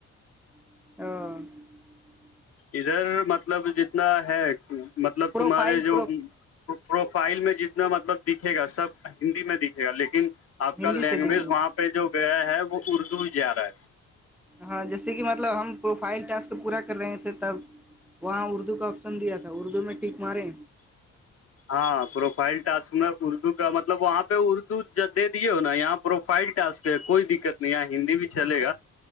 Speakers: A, in the centre; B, on the left.
A: <inaudible>
B: ادھر مطلب جتنا ہے مطلب
A: پروفائل
B: تمہارے جو
A: پرو
B: تو پروفائل میں جتنا مطلب دکھے گا سب ہندی میں دکھے گا لیکن آپ
A: ہندی
B: کا لینگویج
A: سے دکھے گا
B: وہاں پہ جو گیا ہے وہ اردو ہی جا رہا ہے
A: ہاں جیسے کہ مطلب ہم پروفائل ٹس کو پورا کر رہے تھے تب وہاں اردو کا آپشن دیا تھا اردو میں ٹیک مارے
B: ہاں پروفائل ٹسک میں اردو کا مطلب وہاں پہ اردو دے دیے ہو نا یہاں پہ پروفائل ٹاسک ہے کوئی دقت نہیں یہ ہندی بھی چلے گا